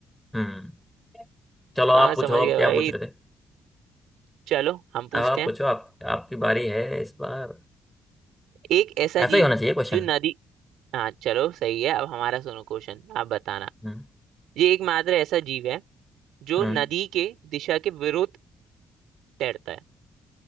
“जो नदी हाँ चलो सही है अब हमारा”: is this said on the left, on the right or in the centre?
Right